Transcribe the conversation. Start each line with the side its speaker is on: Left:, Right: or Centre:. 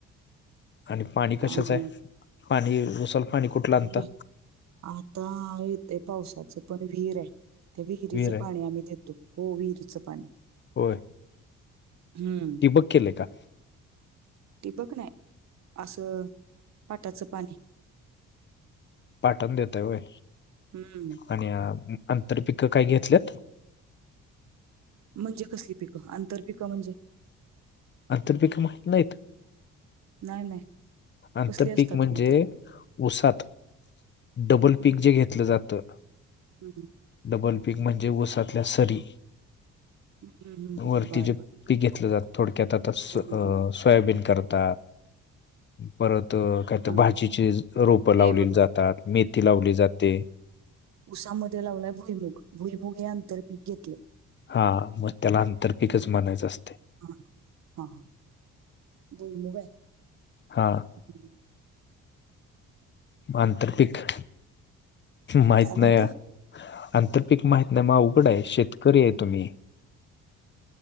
Left: आणि पाणी कशाचं
Right: आणि
Left: आहे पाणी उसाल पाणी कुठलं आणता?
Right: वि आता येते पावसाचं पण विहीर आहे. ते विहिरीचं
Left: विहीर आहे
Right: पाणी आम्ही देतो हो विहिरीचं पाणी.
Left: होय.
Right: हम्म.
Left: बघ केले का?
Right: टीबक नाय असं पाटाचं पाणी
Left: पाठण देतय ओय.
Right: हम्म.
Left: आणि आंतर पिकं काय घेतल्यात?
Right: म्हणजे कसली पिकं आंतर पिकं म्हणजे
Left: अंतर पिकं माहीत नाहीत.
Right: नाही, नाही.
Left: आंतर
Right: कसली असतात
Left: पीक म्हणजे
Right: आंतरपिकं?
Left: उसात. डबल पीक
Right: हं,
Left: जे घेतलं जातं.
Right: हं.
Left: डबल पीक म्हणजे ऊसातल्या सरी.
Right: हं, हं, हं.
Left: वरतीचे
Right: बरं,
Left: ती
Right: बरं.
Left: घेतलं जात थोडे. तसं
Right: हं,
Left: अ
Right: हं.
Left: सोयाबीन करता परत काय तर
Right: हां.
Left: भाजीची रोपं लावलेली
Right: हे बघा,
Left: जातात मेथी लावली जाते.
Right: उसामध्ये लावलाय भुईमुग भुईमुग हे आंतर पीक घेतले.
Left: हा म त्याला अंतर पिकच म्हणायचं असते.
Right: हा हा हा बई मुग आहे.
Left: हा
Right: हं.
Left: म अंतरपिक माहित
Right: काय म्हणताय?
Left: नाही अंतर पीक माहित नाही म अवघड आहे शेतकरी आहे तुम्ही.